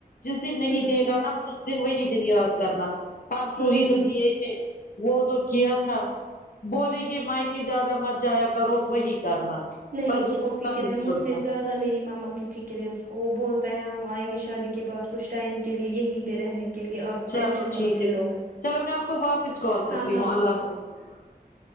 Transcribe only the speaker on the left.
جس دن نہیں
دے گا نا اس دن وہی دن یاد کرنا ہرسو
ہی تو دیے تھے وہ تو کیا تھا بولیں گے میکے زیادہ مت جایا کرو وہی کرنا
بس
ان
کا ہی
سننا
چلو
ٹھیک
ہے
چلو میں آپ کو واپس کال کرتی
ہوں اللہ حافظ